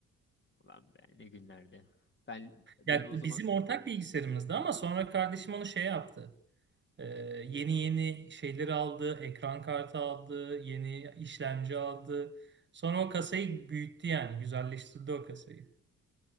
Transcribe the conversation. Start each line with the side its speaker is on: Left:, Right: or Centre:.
Left: Ulan be ne günlerdi. Ben benim
Right: Ya
Left: o zaman
Right: bizim ortak bilgisayarımızdı ama sonra kardeşim onu şey yaptı. Ee, yeni yeni şeyleri aldı, ekran kartı aldı, yeni işlemci aldı. Sonra o kasayı büyüttü yani, güzelleştirdi o kasayı.